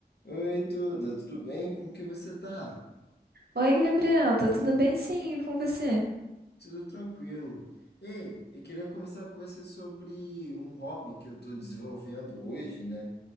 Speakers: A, on the left; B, on the right.
A: Oi, Duda, tudo bem? Como que você tá?
B: Oi, Gabriel, tá tudo bem? Sim, e com você?
A: Tudo tranquilo. Ei, eu queria conversar com você sobre um hobby que eu tô desenvolvendo hoje, né?